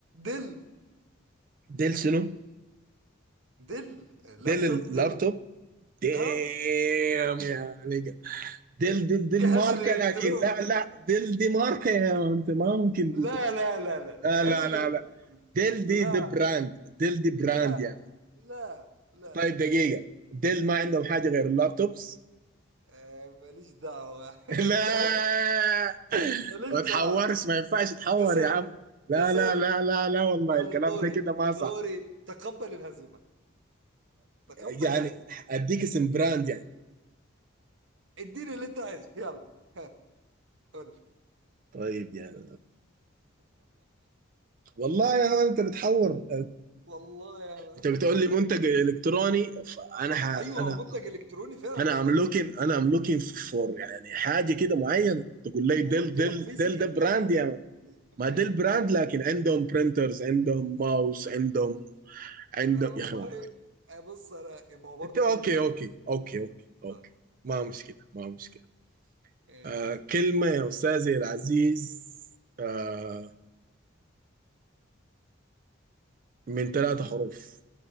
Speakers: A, on the right; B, on the right.
A: دل
B: ديل شنو؟
A: دل لابتوب
B: ديل اللابتوب
A: دل
B: دام
A: اه
B: يا نيجا ديل دي, دي
A: جهاز
B: الماركة
A: الالكتروني
B: لكن لا لا ديل دي ماركة يا مان. انت ما ممكن دي,
A: لا
B: دي.
A: لا لا لا
B: لا
A: جهاز
B: لا
A: الالكتروني
B: لا لا ديل دي
A: لا
B: دي براند ديل دي براند
A: لا
B: يا
A: لا لا
B: طيب
A: لا
B: دقيقة ديل ما عندهم حاجة غير اللابتوبس
A: آه، ماليش دعوة <laughs>
B: <laughs> لا
A: انت ماليش
B: ما تحورش
A: دعوة
B: ما ينفعش تحور
A: خسرت
B: يا عم لا
A: خسرت
B: لا لا لا لا والله
A: يلا
B: الكلام
A: دوري
B: ده كده ما صح
A: دوري تقبل الهزيمة تقبل
B: يعني
A: الهزيمة
B: اديك اسم براند يعني
A: اديني اللي انت عايزه يلا ها قول لي.
B: طيب يعني والله يا مان انت بتحور
A: والله يا ما.
B: انت بتقول لي منتج الكتروني فانا ح...
A: ايوه
B: انا
A: هو منتج الكتروني فعلا
B: انا
A: ما غلطت
B: ام لوكين انا ام لوكين فور يعني حاجه كده معينه تقول لي ديل
A: وقلت
B: ديل
A: لك فيزيكال
B: ديل ده براند
A: كمان
B: يعني
A: نستخدمه
B: ما ده البراند لكن عندهم برينترز عندهم ماوس عندهم عندهم
A: آه والله
B: يا اخي ما
A: آه بص انا ما هو برضه
B: انت اوكي
A: كل دي منتج
B: اوكي اوكي اوكي اوكي
A: طب،
B: ما مشكله ما مشكله
A: ماشي
B: آه كلمه يا استاذي العزيز آه من ثلاثة حروف